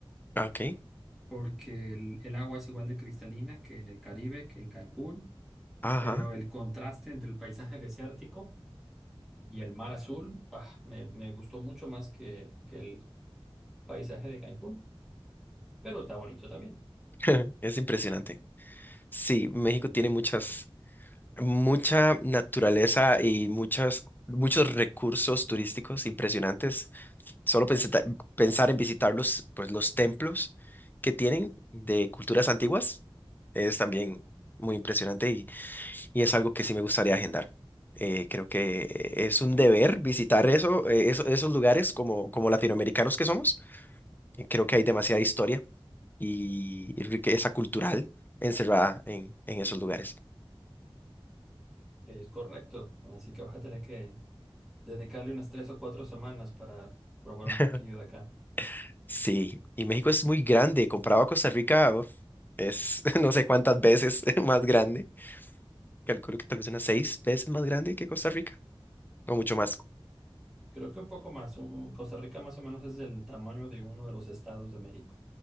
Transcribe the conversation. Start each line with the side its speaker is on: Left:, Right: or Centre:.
Left: Ah, Ok,
Centre: porque el, el agua es igual de cristalina que en el Caribe, que en Cancún,
Left: ajá,
Centre: pero el contraste entre el paisaje desértico y el mar azul, ah, me, me gustó mucho más que, que el paisaje de Cancún, pero está bonito también,
Left: <laughs> es impresionante. Sí, México tiene muchas, mucha naturaleza y muchas, muchos recursos turísticos impresionantes. Solo penseta- pensar en visitar los, pues, los templos que tienen de culturas antiguas es también muy impresionante y es algo que sí me gustaría agendar. Eh, creo que es un deber visitar eso, eh, eso- esos lugares como, como latinoamericanos que somos. Eh, Creo que hay demasiada historia y, y riqueza cultural encerrada en, en esos lugares.
Centre: es correcto, así que vas a tener que dedicarle unas tres o cuatro semanas para probar
Left: <laughs>
Centre: un poquillo de acá.
Left: Sí, y México es muy grande, comparado a Costa Rica, uf, es <laughs> no sé cuántas veces <laughs> más grande. Calculo que tal vez unas seis veces más grande que Costa Rica, o mucho más.
Centre: Creo que un poco más, un- Costa Rica más o menos es del tamaño de uno de los estados de México,